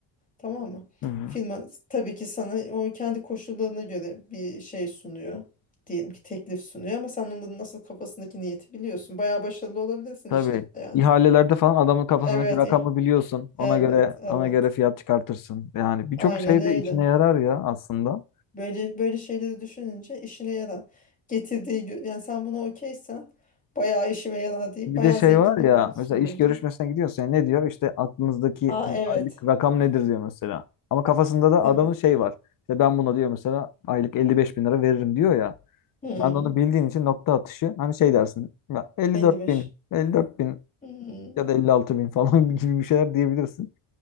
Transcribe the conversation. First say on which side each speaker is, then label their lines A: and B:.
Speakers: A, on the left; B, on the left.
A: Tamam mı?
B: Hı hı.
A: Firma tabii ki sana o kendi koşullarına göre bir şey sunuyor. Diyelim ki teklif sunuyor ama sen onların nasıl kafasındaki niyeti biliyorsun. Bayağı başarılı olabilirsin
B: Tabii.
A: işte yani.
B: İhalelerde falan adamın kafasındaki
A: Evet,
B: rakamı
A: eh,
B: biliyorsun. Ona
A: evet,
B: göre
A: evet.
B: ona göre fiyat çıkartırsın. Yani birçok
A: Aynen
B: şey
A: öyle.
B: de işine yarar ya aslında.
A: Böyle böyle şeyleri düşününce işine yarar. Getirdiği gö- yani sen buna okeysen bayağı işime yarar deyip
B: Bir
A: bayağı
B: de şey
A: zengin
B: var
A: de
B: ya
A: olursun
B: mesela iş
A: burada.
B: görüşmesine gidiyorsun. ya, ne diyor? İşte aklınızdaki
A: Ha
B: e,
A: evet.
B: aylık rakam nedir diyor mesela. Ama kafasında da
A: Evet.
B: adamın şey var. İşte ben buna diyor mesela aylık 55 bin lira veririm diyor ya.
A: Hmm,
B: Sen de onu bildiğin için nokta atışı hani şey dersin. Ya 54
A: 55.
B: bin, 54 bin
A: Hmm,
B: ya da 56 bin falan <laughs> gibi bir şeyler diyebilirsin.